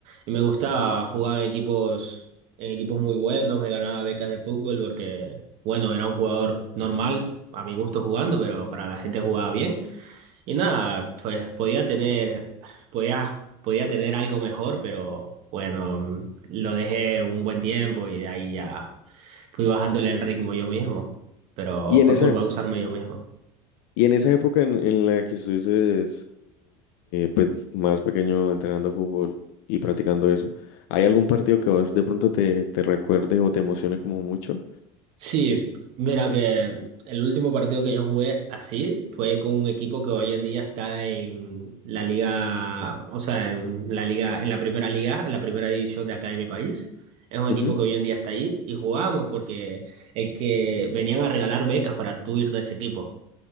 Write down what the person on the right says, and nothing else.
y me gustaba jugar en equipos, en equipos muy buenos, me ganaba becas de fútbol porque, bueno, era un jugador normal, a mi gusto jugando, pero para la gente jugaba bien. Y nada, pues podía tener, podía, podía tener algo mejor, pero bueno, mm, lo dejé un buen tiempo y de ahí ya fui bajándole el ritmo yo mismo, pero
fue
por pausarme yo mismo.
Sí, mira que el último partido que yo jugué así fue con un equipo que hoy en día está en la liga, o sea, en la liga, en la primera liga, en la primera división de acá de mi país. Es un
equipo que hoy en día está ahí y jugábamos porque el que venían a regalar becas para tú irte a ese equipo.